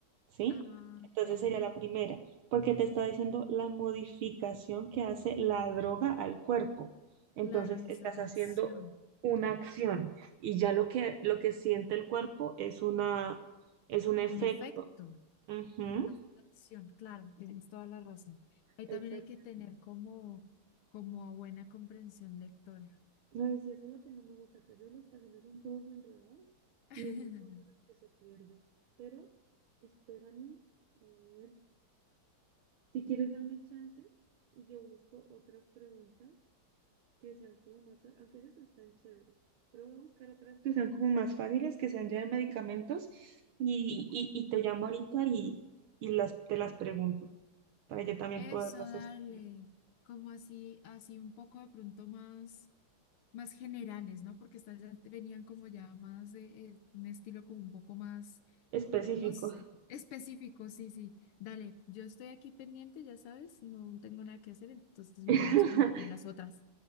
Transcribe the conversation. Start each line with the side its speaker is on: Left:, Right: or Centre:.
Right: ¿sí?
Left: Ah,
Right: Entonces
Left: que
Right: sería la primera, porque te está diciendo la modificación que hace la droga al cuerpo. Entonces
Left: claro, esa
Right: estás
Left: es la
Right: haciendo
Left: acción,
Right: una acción y ya lo que, lo que siente el cuerpo es una, es un efecto.
Left: un efecto.
Right: Ujú,
Left: Más de la acción, claro, Sí. tienes toda la razón. Ahí
Right: Exactamente.
Left: también hay que tener como, como a buena comprensión lectora.
Right: Ay, sí, eso es lo que no me gusta, que a veces los papeles son todos enredados
Left: <laughs>
Right: y uno solo es el que se pierde. Pero espérame, a ver, si quieres dame chance y yo busco otras preguntas que sean como más, aunque esas están chéveres, pero voy a buscar otras que sean como más fáciles, que sean ya de medicamentos y, y, y te llamo ahorita y, y las, te las pregunto para yo también
Left: Eso,
Right: poderlas
Left: dale,
Right: estudiar.
Left: como así, así un poco de pronto más, más generales, ¿no? Porque estas ya te venían como ya más de eh, un estilo como un poco más,
Right: Específico.
Left: no sé, específico, sí, sí. Dale, yo estoy aquí pendiente, ya sabes, no tengo nada que hacer, entonces me
Right: <laughs>
Left: llamas cuando tengas otras.